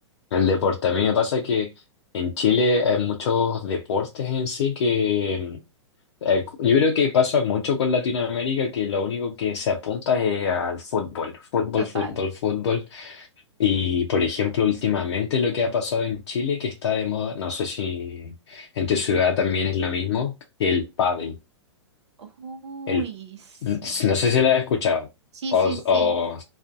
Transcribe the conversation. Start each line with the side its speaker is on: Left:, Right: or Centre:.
Left: el deporte. A mí me pasa que en Chile hay muchos deportes en sí que Eh, Yo creo que pasa mucho con Latinoamérica que lo único que se apunta es al fútbol, fútbol,
Right: total.
Left: fútbol, fútbol. Y por ejemplo, últimamente lo que ha pasado en Chile, que está de moda, no sé si en tu ciudad también es lo mismo, que el pádel.
Right: Uy,
Left: El,
Right: sí.
Left: no sé si lo has escuchado.
Right: Sí,
Left: O,
Right: sí, sí.
Left: o